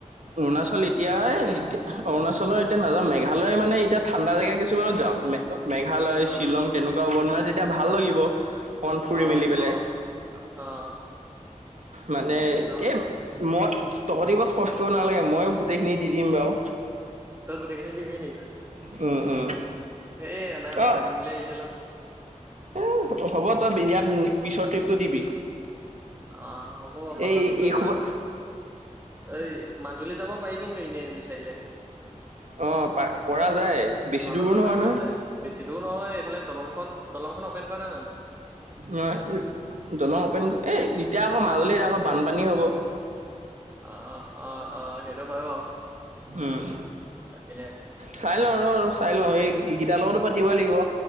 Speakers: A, on the right (about 65°); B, on the right (about 15°).
A: অৰুণাচল এতিয়ায়া অৰুণাচলৰ এতিয়া নাযাওঁ। মেঘালয় মানে এতিয়া ঠাণ্ডা জেগা কিছুমানত যাওঁ। মেঘালয়
B: অ',
A: শ্বিলং তেনেকুৱা হ মানে তেতিয়া ভাল লাগিব। কণ ফুৰি
B: অ',
A: মেলি পেলাই
B: অ', অ',
A: মানে
B: শ্বিলং
A: এতিয়া। মই তহঁতিবাৰ খৰচ কৰিব নালাগে ময়ো গোটেইখিনি দি দিম বাৰু।।
B: তই গোটেইখিন নি দিবি নিকি?
A: উম, উম।
B: এ নাই মই
A: অ
B: দিম বুলি আহিছিলো।
A: এ হ'ব তই ইয়াত পিছৰ ট্ৰিপটো দিবি।
B: আহ হ'ব পাছতেো
A: এই এই
B: অকণমান
A: খোপা
B: এই মাজুলী যাব পাৰি কিন্তো এনেই বিচাৰিলে।
A: অ প পৰা যায় বেছি
B: ভাওনা
A: দূৰো
B: চাওনা
A: নহয়
B: হৈছে
A: ন।
B: বেছি দূৰ নহয় এইফালে দলংখন দলংখন অপেন কৰা নাই জানো।
A: ন দলং অপেন এ এতিয়া আকৌ মাজুল এতি আকৌ বানপানী হ'ব
B: অ অ অ সেইটো হয় বাৰু
A: উম
B: তাকেহে
A: চাই চাই লওঁ ৰ চাই লওঁ এই গিটাৰ লগতো পাতিবই লাগিব